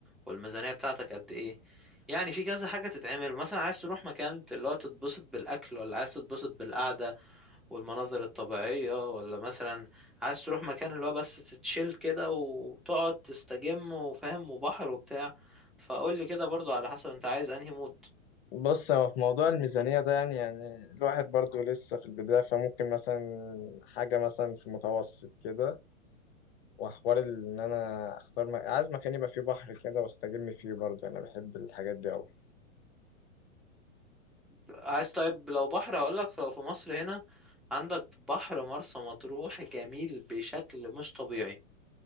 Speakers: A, in the centre; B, on the left (about 50°).
A: والميزانية بتاعتك قد ايه يعني في كذا حاجة تتعمل مثلا عايز تروح مكان ت- اللي هو تتبسط بالأكل ولا عايز تتبسط بالقعدة والمناظر الطبيعية ولا مثلا عايز تروح مكان اللي هو بس تتشيل كده وتقعد تستجم وفاهم وبحر وبتاع فقول لي كده برضو على حسب انت عايز انهي مود
B: بص هو في موضوع الميزانية ده يعني يعني الواحد برضو لسه في البداية فممكن مثلا حاجة مثلا في متوسط كده وحوار ان انا اختار م... عايز مكان يبقى فيه بحر كده واستجم فيه برضو انا بحب الحاجات دي أوي
A: عايز طيب لو بحر هقولك لو في مصر هنا عندك بحر مرسى مطروح جميل بشكل مش طبيعي